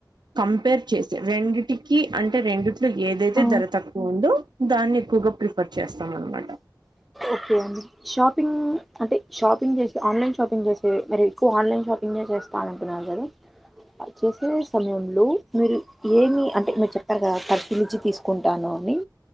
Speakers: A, on the right (about 80°); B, in the centre.
A: కంపేర్ చేసి రెండిటికి అంటే రెండు డు ఏదైతే
B: ఆ
A: ధర తక్కువ ఉందో దాన్ని ఎక్కువగా ప్రిఫర్ చేస్తాం అనమాట
B: ఓకే అండి షాపింగ్ అంటే షాపింగ్ చేస్తే ఆన్లైన్ షాపింగ్ చేస్తే మరి ఎక్కువ ఆన్లైన్ షాపింగ్ చేస్తా అంటున్నారు. కదా చేసే సమయంలో మీరు ఏమి అంటే మీరు చెప్పారు కదా పరిశీలిచ్చి తీసుకుంటాను. అని